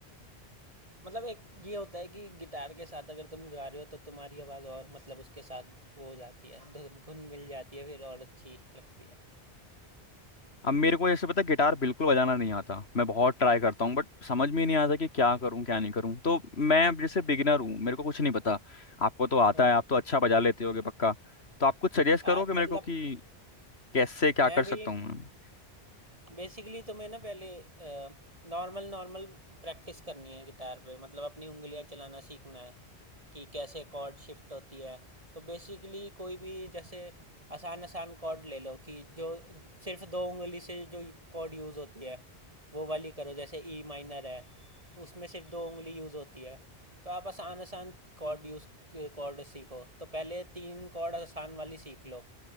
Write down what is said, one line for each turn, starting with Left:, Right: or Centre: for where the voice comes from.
Right: मतलब एक ये होता है कि गिटार के साथ अगर तुम गा रहे हो तो तुम्हारी आवाज़ और मतलब उसके साथ वो हो जाती है धुन धुन मिल जाती है फिर और अच्छी लगती है
Left: अब मेरे को ऐसे पता है, गिटार बिल्कुल बजाना नहीं आता मैं बहुत ट्राई करता हूँ बट समझ में ही नहीं आता कि क्या करूँ क्या नहीं करूँ तो मैं अब जैसे बिगिनर हूँ मेरे को कुछ नहीं पता आपको तो आता
Right: हाँ
Left: है आप तो अच्छा बजा लेते होगे पक्का तो आप कुछ सजेस्ट करो
Right: आज
Left: कि मेरे
Right: मतलब
Left: को कि कैसे क्या
Right: मैं
Left: कर सकता
Right: भी
Left: हूँ
Right: बेसिकली तुम्हें ना पहले नॉर्मल नॉर्मल प्रैक्टिस करनी है गिटार पे मतलब अपनी उंगलियां चलाना सीखना है कि कैसे कॉर्ड शिफ्ट होती है तो बेसिकली कोई भी जैसे आसान आसान कॉर्ड ले लो कि जो सिर्फ दो उंगली से जो कॉर्ड यूज़ होती है वो वाली करो जैसे ई माइनर है उसमें सिर्फ दो उंगली यूज़ होती है तो आप आसान आसान कॉर्ड यूज़ कॉर्ड सीखो तो पहले तीन कॉर्ड आसान वाली सीख लो